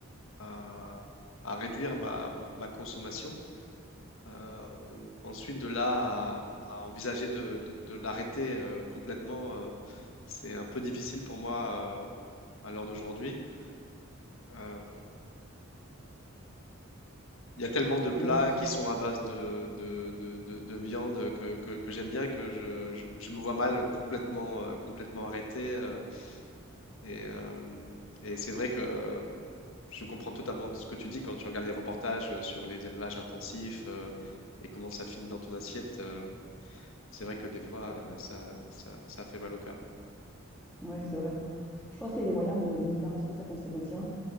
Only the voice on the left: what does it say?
à, à réduire ma ma- ma consommation. Euh, ensuite, de là à, à envisager de, de- de l'arrêter euh, complètement, euh, c'est un peu difficile pour moi euh, à l'heure d'aujourd'hui. Euh, Il y a tellement de plats
qui sont à base de, de, de- de- de viande que, que- que j'aime bien que je, je- je me vois mal complètement, euh, complètement arrêté. euh, et euh, et c'est vrai que je comprends totalement ce que tu dis quand tu regardes les reportages sur les élevages intensifs euh, et comment ça finit dans ton assiette. euh, c'est vrai que des fois, euh, ça, ça, ça fait mal au cœur.